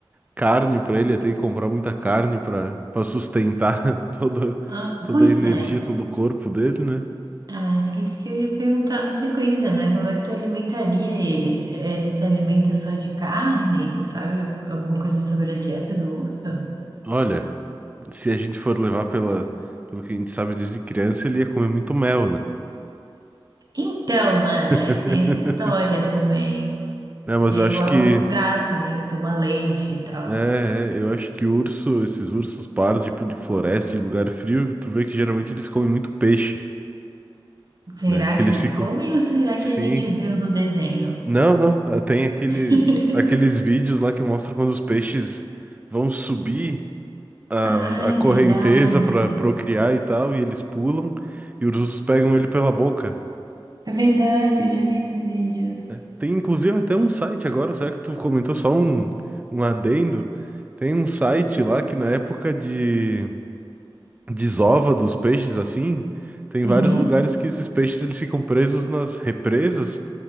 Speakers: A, on the right; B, on the right.
A: carne para ele, ia ter que comprar muita carne para para sustentar <laughs> toda
B: Ah,
A: toda
B: pois
A: a energia,
B: é.
A: todo o corpo dele, né?
B: É, isso que eu ia perguntar na sequência, né? Como é que tu alimentaria eles? Ele se alimenta só de carne? Tu sabe alguma coisa sobre a dieta do urso?
A: Olha, se a gente for levar pela, pelo que a gente sabe desde criança, ele ia comer muito mel, né?
B: Então, né?
A: <laughs>
B: Tem essa história também.
A: Não, mas
B: É
A: eu
B: igual
A: acho que.
B: o gato, né? Que toma leite e tal.
A: É, é, eu acho que urso, esses ursos pardos, tipo, de floresta, de lugar frio, tu vê que geralmente eles comem muito peixe,
B: Será
A: né? Que
B: que
A: eles
B: eles
A: ficam.
B: comem ou será
A: Sim.
B: que a gente viu no desenho?
A: Não, não. ah, Tem aqueles,
B: <laughs>
A: aqueles vídeos lá que mostram quando os peixes vão subir a,
B: Ai,
A: a correnteza
B: verdade.
A: para procriar e tal, e eles pulam, e os ursos pegam ele pela boca.
B: É verdade, eu já vi esses vídeos.
A: né? Tem inclusive até um site agora, será que tu comentou só um, um adendo? Tem um site lá que na época de desova dos peixes assim, tem
B: Uhum.
A: vários lugares que esses peixes eles ficam presos nas represas